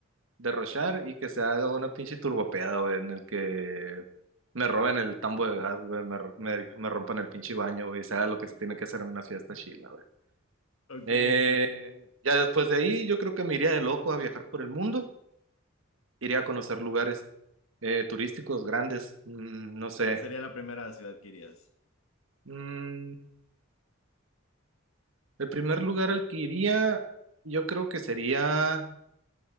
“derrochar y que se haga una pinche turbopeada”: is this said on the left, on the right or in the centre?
Right